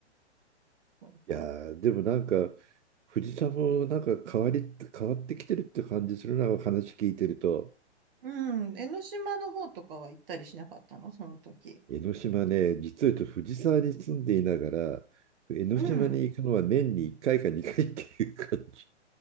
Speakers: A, on the right; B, on the right.
A: なんか、
B: やーでもなんか、藤さんもなんか変わり、変わってきてるって感じするな、話聞いてると。
A: うん。江ノ島の方とかは行ったりしなかったのその時。
B: 江ノ島ね、実は言うと藤沢に住んでいながら、江ノ島に行くのは年に1回か2回っていう感じ。
A: うん。